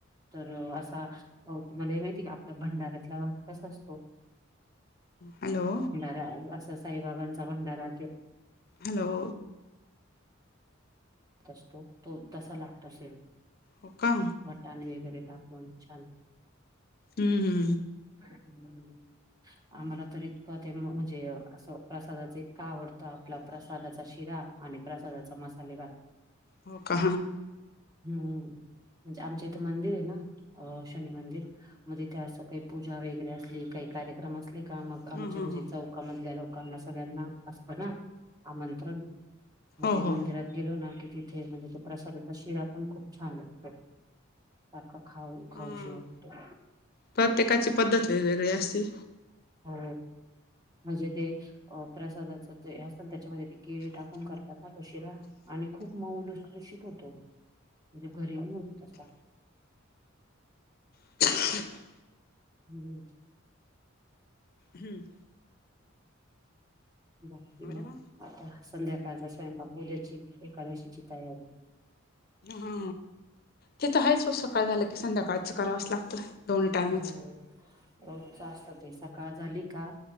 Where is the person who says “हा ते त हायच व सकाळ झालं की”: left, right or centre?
Left